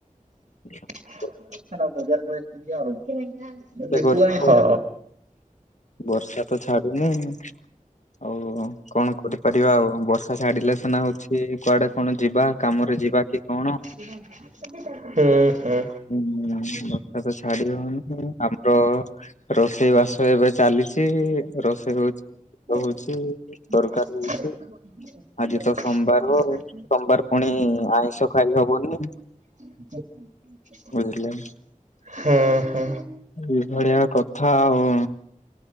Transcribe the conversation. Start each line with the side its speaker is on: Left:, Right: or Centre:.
Left: <unintelligible>
Right: <unintelligible>
Left: କରିବ
Right: ହଁ।
Left: ବର୍ଷା ତ ଛାଡ଼ୁନି ଆଉ କଣ କରିପାରିବା ଆଉ ବର୍ଷା ଛାଡ଼ିଲେ ସିନା ହଉଛି କୁଆଡ଼େ କଣ ଯିବା କାମରେ ଯିବା କି କଣ।
Right: ହୁଁ ହୁଁ।
Left: ହୁଁ ବର୍ଷା ତ ଛାଡ଼ିବନି ଆମର ରୋଷେଇ ବାସ ଏବେ ଚାଲିଛି ରୋଷେଇ ହଉଛି।
Right: <unintelligible>
Left: ହଉଛି ତରକାରୀ ହଉଛି ଆଜି ତ ସୋମବାର ସୋମବାର ପୁଣି ଆଇଁଷ ଖାଇ ହବନି।
Right: <unintelligible>
Left: ବୁଝିଲେ
Right: ହୁଁ ହୁଁ।
Left: ଏଇ ଭଳିଆ କଥା ଆଉ।